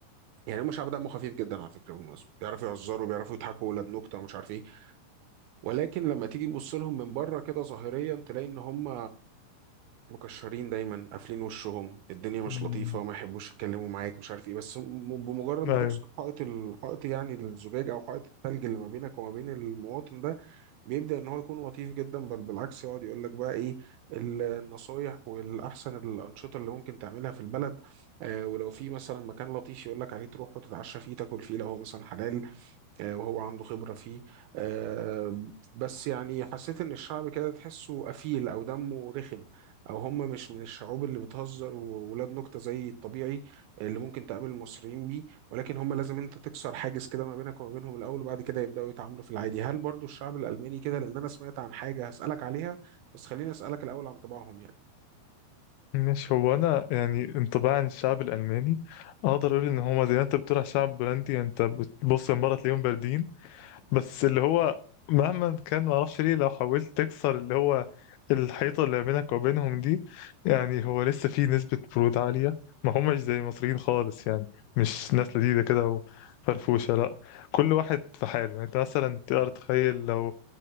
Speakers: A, on the right (about 80°); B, on the left (about 80°).
A: يعني هم شعب دمه خفيف جدا على فكره بالمناسبه بيعرفوا يهزروا بيعرفوا يضحكوا ولاد نكته ومش عارف ايه ولكن لما تيجي تبص لهم من بره كده ظاهريا تلاقي ان هم مكشرين دايما قافلين وشهم الدنيا مش
B: مم.
A: لطيفه ما يحبوش يتكلموا معاك مش عارف ايه بس م- بمجرد
B: أيوه
A: ما تكسر حائط الحائط يعني الزجاج او حائط الثلج اللي ما بينك وما بين المواطن ده بيبدأ ان هو يكون لطيف جدا بل بالعكس يقعد يقول لك بقى ايه النصايح والاحسن الانشطه اللي ممكن تعملها في البلد آه ولو في مثلا مكان لطيف يقول لك عليه تروح وتتعشى فيه تاكل فيه لو هو مثلا حلال آه، وهو عنده خبرة فيه آه، بس يعني حسيت إن الشعب كده تحسه قفيل أو دمه رخم أو هم مش من الشعوب اللي بتهزر وولاد نكتة زي الطبيعي اللي ممكن تقابل المصريين بيه ولكن هم لازم أنت تكسر حاجز كده ما بينك وما بينهم الأول وبعد كده يبدأوا يتعاملوا في العادي هل برضو الشعب الألماني كده لأن أنا سمعت عن حاجة هسألك عليها بس خليني أسألك الأول عن طباعهم يعني
B: مش هو أنا يعني انطباعي عن الشعب الألماني أقدر أقول إن هما زي ما أنت بتقول على الشعب البولندي يعني أنت بتبص المرة تلاقيهم باردين بس اللي هو مهما كان معرفش ليه لو حاولت تكسر اللي هو الحيطة اللي بينك وبينهم دي يعني هو لسه في نسبة برود عالية ما هماش زي المصريين خالص يعني مش ناس لذيذة كده وفرفوشة لا كل واحد في حاله يعني انت مثلا تقدر تخيل لو